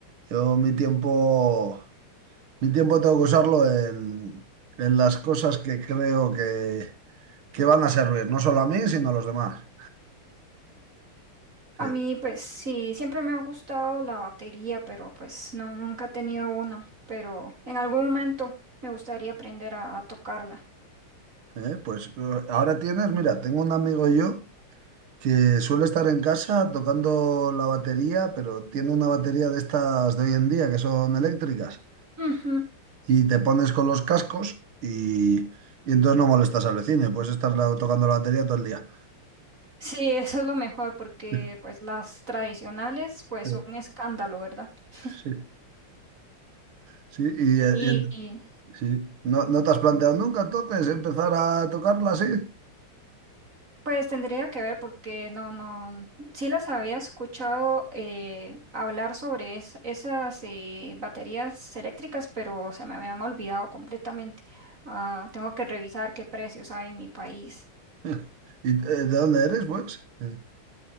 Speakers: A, on the right (about 75°); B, on the right (about 35°).
A: Yo mi tiempo, mi tiempo tengo que usarlo en, en las cosas que creo que, que van a servir, no solo a mí, sino a los demás.
B: A
A: Sí.
B: mí, pues sí, siempre me ha gustado la batería, pero pues no, nunca he tenido una. Pero en algún momento me gustaría aprender a, a tocarla.
A: Eh, pues eh, ahora tienes, mira, tengo un amigo yo que suele estar en casa tocando la batería, pero tiene una batería de estas de hoy en día que son eléctricas
B: Ujú.
A: y te pones con los cascos y, y entonces no molestas al vecino y puedes estar la- tocando la batería todo el día.
B: Sí, eso es lo mejor, porque
A: <laughs>
B: pues las tradicionales, pues
A: Eh,
B: son un escándalo, ¿verdad? <laughs>
A: Sí, sí, y
B: Y,
A: eh, eh, sí. ¿No, no te has planteado nunca entonces empezar a tocarla así?
B: Pues tendría que ver porque no, no, sí las había escuchado eh, hablar sobre es- esas eh, baterías eléctricas, pero se me habían olvidado completamente. Ah, tengo que revisar qué precios hay en mi país.
A: <laughs> ¿Y eh, de dónde eres, pues? Eh,